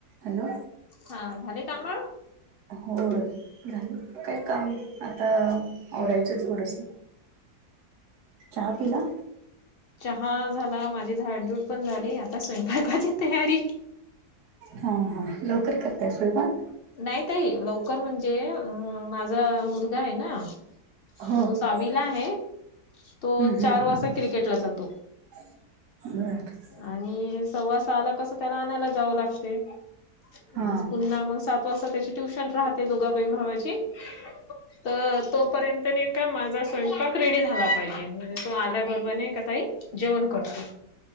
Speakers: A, on the right; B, on the left.
A: Hello
B: हा झाले काम
A: होय झाले काही काम आता आवरायचे ये थोडस चहा पिला?
B: चहा झाला माझी झाडधूड पण झाली आता स्वयंपाकाची तयारी
A: हा हा लवकर करताय स्वयंपाक
B: नाही ताई लवकर म्हणजे अ माझा मुलगा आहे ना
A: हो
B: तो
A: हम्म
B: सहावीला आहे. तो चार
A: हम्म
B: वाजता क्रिकेटला जातो.
A: <unintelligible>
B: आणि सव्वासहा ला कस त्याला आणायला जावं लागते
A: हा
B: आणि पुन्हा मग सात वाजता त्याची ट्युशन राहते दोघा बहिण भावाची तर तो पर्यंत नाही का माझा स्वयंपाक रेडी झाला पाहिजे म्हणजे तो आल्याबरोबर नाही का ताई जेवण करतो.